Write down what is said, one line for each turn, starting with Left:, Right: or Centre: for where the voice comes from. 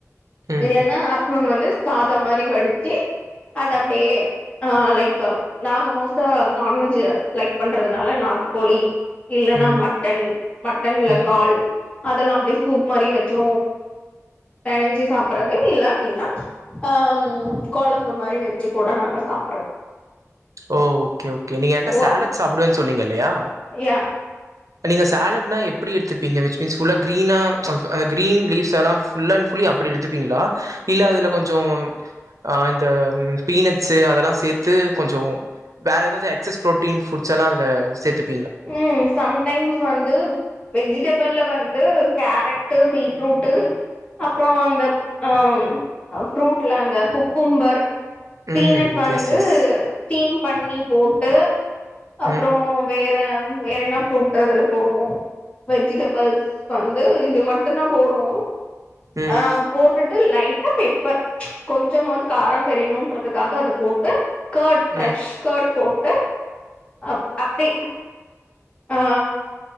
Right: ம்
Left: இல்லைனா ஆஃப்ட்னூன் வந்து சாத மாரி வடிச்சு அத அப்டியே ஆ லைக் அ நாங்க மோஸ்ட்டா நான்வெஜ் லைக் பண்றதுனால நாட்டுக்கோழி இல்லைன்னா
Right: ம்
Left: மட்டன் மட்டன்ல
Right: ம்
Left: கால் அதெல்லா அப்டி சூப் மாரி வச்சு பெனஞ்சி சாப்பட்றது இல்ல அப்டின்னா அம் கொழம்பு மாரி வச்சு கூட நாங்க சாப்பட்ற
Right: ஓ ஓகே ஓகே நீங்க என்ட்ட
Left: வ
Right: சேலட் சாப்பிடுவேன் சொன்னீங்கில்லையா
Left: யா
Right: நீங்க சேலட்னா எப்டி எடுத்துப்பீங்க விச்சு மீீன்ஸ் ஃபுல்லா கீரீனா <unintelligible> அ கீரீன் லீவ்ஸ் எலா ஃபுல்லன் ஃபுல்லி அப்டி எடுத்துப்பீங்களா இல்ல அதுல கொஞ்சோ ஆ இந்த பீனட்ஸு அதெல்லா சேத்து கொஞ்சோ வேற ஏதாது எக்சஸ் புரோட்டீன் ஃபுட்ஸ் எலா அதுல சேத்துப்
Left: ம் சம் டைம்ஸ் வந்து வெஜிடபிள்ல வந்து கேரட்டு பீட்ரூட்டு் அப்றோ அந்த அ ஃப்ரூட்ல அந்த குக்கும்பர் பீனட்
Right: ம்
Left: வந்து
Right: எஸ் எஸ்
Left: ஸ்டீம் பண்ணி போட்டு அப்றோ
Right: ம்
Left: வேற வேற என்ன ஃப்ரூட் அதுல போவு வெஜிடபிள்ஸ் வந்து இது மட்டுந்தா போடுவோ
Right: ம்
Left: ஆ போட்டுட்டு லை ட்டா பெப்பர் கொஞ்சமாது காரோ தெரியணுன்றதுக்காக அது போட்டு கெர்டு ஃப்ரெஷ்
Right: ம்
Left: கெர்டு போட்டு அப் அப்டி ஆ